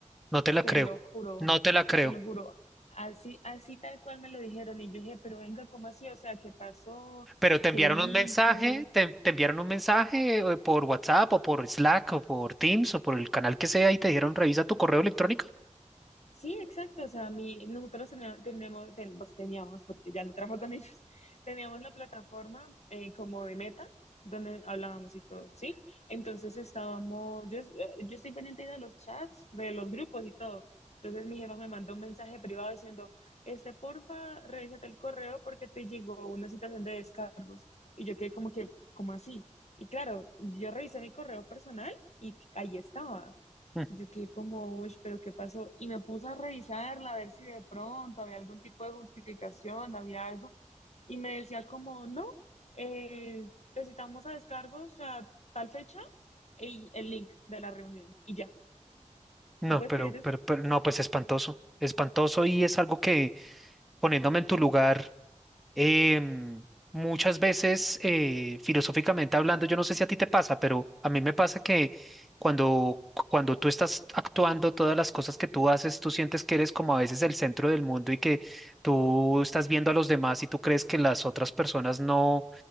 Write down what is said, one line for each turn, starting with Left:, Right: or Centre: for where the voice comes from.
Centre: No te la
Left: te
Centre: creo.
Left: lo juro,
Centre: No te la creo.
Left: te lo juro, así, así tal cual me lo dijeron, y yo dije, pero venga, ¿cómo así? O sea, ¿qué pasó?
Centre: Pero te enviaron
Left: ¿Qué hice?
Centre: un mensaje, te, te enviaron un mensaje eh, por WhatsApp o por Slack o por Teams o por el canal que sea y te dijeron revisa tu correo electrónico.
Left: Sí, exacto. O sea, mi, nosotros teníamos, teníamos, ten- pues teníamos, porque ya no trabajo con ellos, <laughs> teníamos la plataforma eh, como de Meta, donde hablábamos y todo, ¿sí? Entonces estábamos, yo, es- eh, yo estoy pendiente de los chats, de los grupos y todo. Entonces mi jefa me mandó un mensaje privado diciendo, este, porfa, revísate el correo porque te llegó una situación de descargos. Y yo quedé como que, ¿cómo así? Y claro, yo revisé mi correo personal y ahí estaba.
Centre: Mm,
Left: Yo quedé como, uy, pero ¿qué pasó? Y me puse a revisarla, a ver si de pronto había algún tipo de justificación, había algo. Y me decía como, no, eh, te citamos a descargos a tal fecha y el link de la reunión. Y ya,
Centre: No,
Left: ¿tú puedes
Centre: pero,
Left: creer eso?
Centre: pero, pero no, pues espantoso, espantoso y es algo que poniéndome en tu lugar em, muchas veces, eh, filosóficamente hablando, yo no sé si a ti te pasa, pero a mí me pasa que cuando, cuando tú estás actuando, todas las cosas que tú haces, tú sientes que eres como a veces el centro del mundo y que tú estás viendo a los demás y tú crees que las otras personas no,